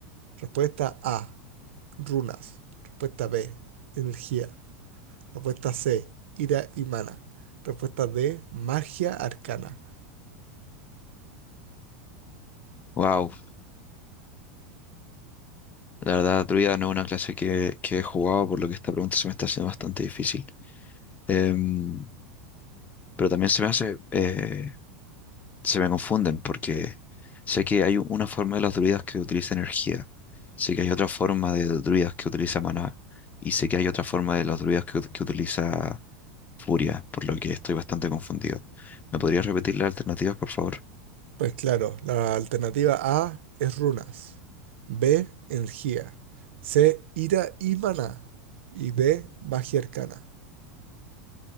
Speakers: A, on the right; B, on the left.
A: Respuesta A, runas. Respuesta B, energía. Respuesta C, ira y mana. Respuesta D, magia arcana.
B: Wow, la verdad, Druida no es una clase que, que he jugado, por lo que esta pregunta se me está haciendo bastante difícil. Em, pero también se me hace. eh, se me confunden porque sé que hay u- una forma de los druidas que utiliza energía, sé que hay otra forma de druidas que utiliza maná y sé que hay otra forma de los druidas que, ut- que utiliza furia, por lo que estoy bastante confundido. ¿Me podrías repetir las alternativas, por favor?
A: Pues claro, la alternativa A es runas. B, energía. C, ira y mana. Y D, magia arcana.